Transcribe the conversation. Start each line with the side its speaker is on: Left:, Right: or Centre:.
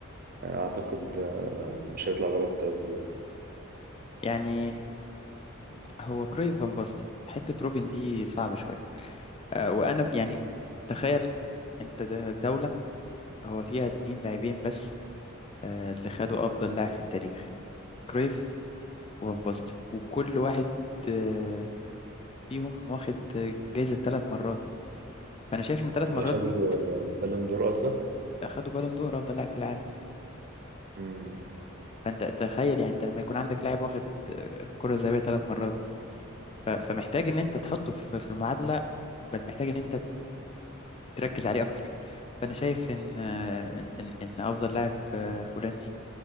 Right: آه، أعتقد آه، مش هيطلع بره التلات دول
Left: يعني هو كرويف فان باستن حتة روبن دي صعبة شوية آه، وانا ب- يعني تخيل انت د- دولة هو فيها اتنين لاعبين بس آه، اللي خدوا افضل لاعب في التاريخ كرويف وفان باستن وكل واحد آه، فيهم واخد آه، جايزة ثلاث مرات فانا شايف ان ثلاث
Right: اللي
Left: مرات
Right: خدوا
Left: دي
Right: آه، بالون دور قصدك؟
Left: اخدوا بالون دور افضل لاعب في العالم
Right: مم.
Left: فانت تخيل يعني انت لما يكون عندك لاعب واخد الكرة الذهبية ثلاث مرات ف- فمحتاج ان انت تحطه في في المعادلة بل محتاج ان انت تركز عليه اكتر فانا شايف ان ان ان إن افضل لاعب آه، هولندي